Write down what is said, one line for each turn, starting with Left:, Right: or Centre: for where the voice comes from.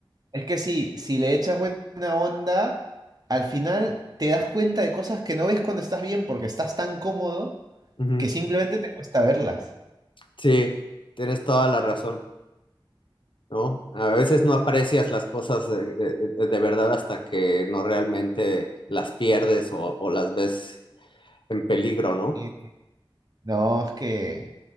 Right: es que sí, si le echas buena onda, al final te das cuenta de cosas que no ves cuando estás bien porque estás tan cómodo
Left: Ujú.
Right: que simplemente te cuesta verlas.
Left: Sí, tienes toda la razón. ¿no? A veces no aprecias las cosas eh, eh, eh, de, verdad hasta que no realmente las pierdes o, o las ves en peligro, ¿no?
Right: Y- No, es que...